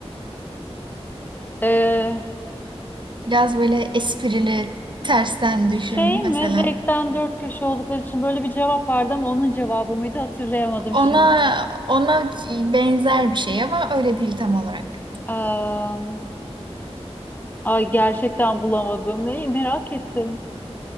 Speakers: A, on the left; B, on the right.
A: Ee,
B: Biraz böyle esprili, tersten
A: Şey
B: düşün mesela.
A: mi zevkten dört köşe oldukları için böyle bir cevap vardı ama onun cevabı mıydı hatırlayamadım
B: Ona
A: şimdi.
B: ona benzer bir şey ama öyle değil tam olarak.
A: Am, ay gerçekten bulamadım. Neyi merak ettim.